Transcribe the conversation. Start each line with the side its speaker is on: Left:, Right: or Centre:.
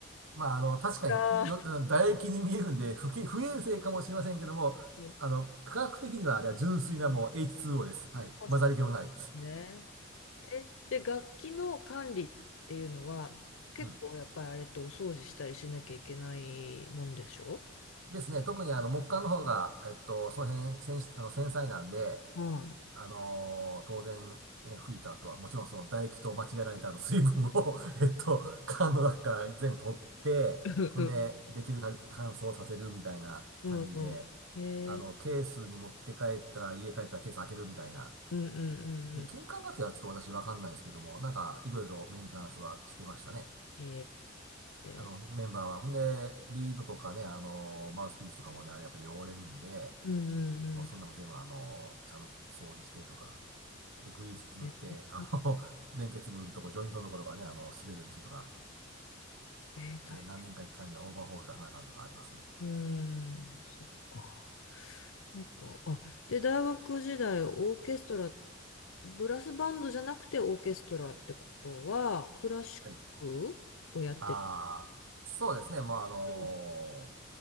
Right: まあ、あの、確かによ、
Left: か。
Right: 唾液に見えるんで、不け、不衛生かもしれませんけども、
Left: うん
Right: あの、科学的にはあれは純粋なもう H2O です。はい。
Left: あ、
Right: 混ざり気もない。
Left: そうですね。え、で、楽器の管理っていうのは、結構やっぱりあれとお掃除したりしなきゃいけないもんでしょ
Right: うん。ですね。特にあの、木管の方が、えっと、その辺、繊細あの繊細なんで、
Left: はい。
Right: あのー当然、ね、吹いた後は、もちろんその唾液と間違えられたあの水分を <laughs> えっと、缶の中から全部取って、
Left: うんうん。
Right: ほんで、できる限り乾燥させるみたいな感じで、
Left: うんうんへえ。
Right: あの、ケースに持って帰ったら、家帰ったらケース開けるみたいな。
Left: うんうんうんう
Right: で、金管楽器はちょっと私わかんないですけども、なんか、いろいろメンテナンスはしてましたね。
Left: ん。へ
Right: あの、
Left: え。
Right: メンバーは。ほんで、リードとかね、あのマウスピースとかもね、あれやっぱり汚れるんで、
Left: うんうんうん。
Right: もうそんなもん全部あのちゃんと掃除してとか、で、グリース塗って、
Left: え
Right: あの、<laughs> 連結部のとこ、ジョイントのところがね、あの、滑るようにするとか、
Left: えー、大変。
Right: で、何年か一回にはオーバーホール出さなあかんとかありますね。
Left: うーん、そっか。なんか、あ、で、大学時代、オーケストラブラスバンドじゃなくてオーケストラってことは、クラシックをやってる。
Right: はい。ああ、そうですね。まあ、あのー
Left: うん。